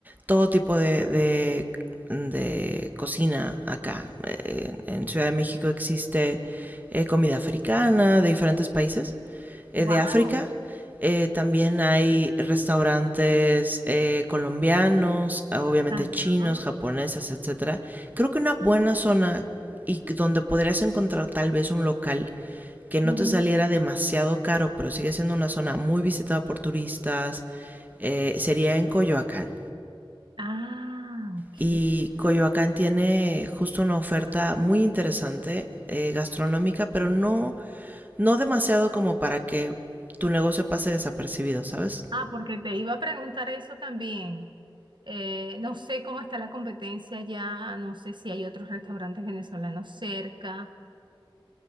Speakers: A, on the right; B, on the right.
A: todo tipo de, de, de cocina acá. Eh, En Ciudad de México existe eh, comida africana de diferentes países, eh,
B: Wow.
A: de África, Eh, también hay restaurantes eh, colombianos, obviamente
B: Ajá.
A: chinos, japoneses, etcétera. Creo que una buena zona y donde podrías encontrar tal vez un local que no
B: ujú.
A: te saliera demasiado caro, pero sigue siendo una zona muy visitada por turistas, eh, sería en Coyoacán.
B: Ah, ok.
A: Y Coyoacán tiene justo una oferta muy interesante eh, gastronómica, pero no, no demasiado como para que tu negocio pase desapercibido, ¿sabes?
B: Ah, porque te iba a preguntar eso también. Eh, no sé cómo está la competencia allá, no sé si hay otros restaurantes venezolanos cerca.